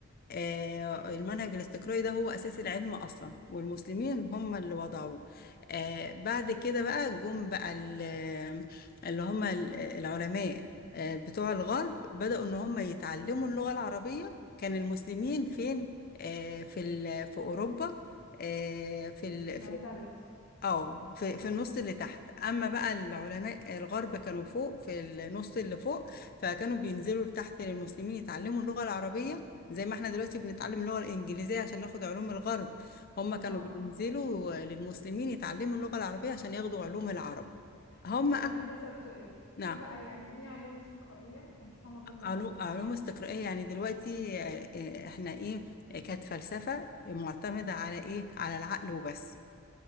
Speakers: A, on the left; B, on the left.
A: آه، المنهج الاستقرائي ده هو أساس العلم أصلا والمسلمين هم اللي وضعوه آه، بعد كده بقى جم بقى ال- اللي هم ال- العلماء آه، بتوع الغرب بدأوا إن هم يتعلموا اللغة العربية كان المسلمين فين آه، في ال- في أوروبا آه، في ال-
B: الأندلس
A: في اه في في النص اللي تحت اما بقى العلماء الغرب كانوا فوق في النص اللي فوق فكانوا بينزلوا لتحت للمسلمين يتعلموا اللغة العربية زي ما احنا دلوقتي بنتعلم اللغة الإنجليزية عشان ناخد علوم الغرب هم كانوا
B: اه
A: بينزلوا للمسلمين يتعلموا اللغة العربية عشان ياخدوا علوم العرب هم
B: طب
A: أخ...
B: انا عايزه اسال سؤال
A: نعم
B: ايه بقى يعني ايه علوم استقرائيه انا مش فاهمه الجمله
A: علو-
B: اصلا
A: علوم استقرائية يعني دلوقتي آه، آه، احنا ايه آه، كانت فلسفة معتمدة على ايه على العقل وبس